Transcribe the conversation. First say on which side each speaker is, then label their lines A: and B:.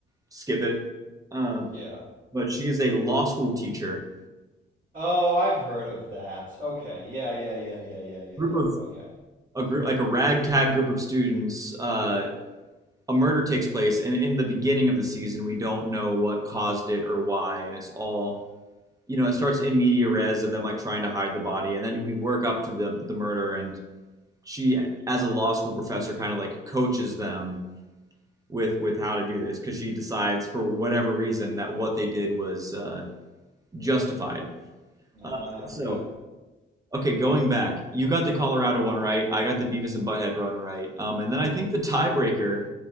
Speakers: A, on the right; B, on the right.
A: skip it. Um,
B: Yeah.
A: but she is a law school teacher.
B: Oh, I've heard of that. Okay. Yeah, yeah, yeah, yeah, yeah, yeah,
A: Group
B: yeah.
A: of
B: Okay.
A: a group like a ragtag group of students. Uh, a murder takes place, and in the beginning of the season, we don't know what caused it or why, and it's all you know. It starts in media res of them like trying to hide the body, and then we work up to the the murder, and she, as a law school professor, kind of like coaches them with with how to do this because she decides for whatever reason that what they did was uh, justified.
B: Ah,
A: Uh, so
B: okay.
A: okay, going back, you got the Colorado one right. I got the Beavis and Butthead run right. Um, and then I think the tiebreaker